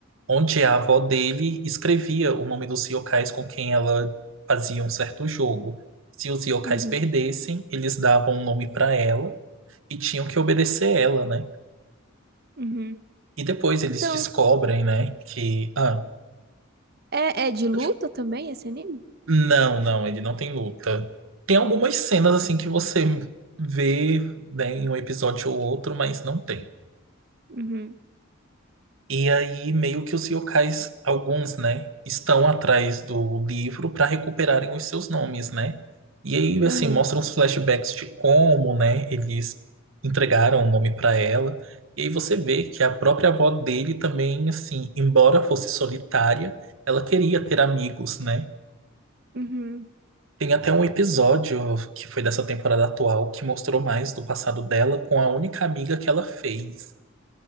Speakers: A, on the right; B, on the right.
A: onde a avó dele escrevia o nome dos yokais com quem ela fazia um certo jogo. Se os yokais
B: Uhum.
A: perdessem, eles davam um nome para ela e tinham que obedecer ela, né?
B: Uhum.
A: E depois eles
B: Então,
A: descobrem, né, que... Ah,
B: é, é de luta
A: pode-
B: também esse anime?
A: não, não, ele não tem luta. Tem algumas cenas, assim, que você vê, né, em um episódio ou outro, mas não tem.
B: Uhum.
A: E aí, meio que os yokais, alguns, né, estão atrás do livro para recuperarem os seus nomes, né? E aí,
B: Aham.
A: assim, mostram os flashbacks de como, né, eles entregaram o nome para ela. E aí você vê que a própria avó dele também, assim, embora fosse solitária, ela queria ter amigos, né?
B: Uhum.
A: Tem até um episódio que foi dessa temporada atual que mostrou mais do passado dela com a única amiga que ela fez.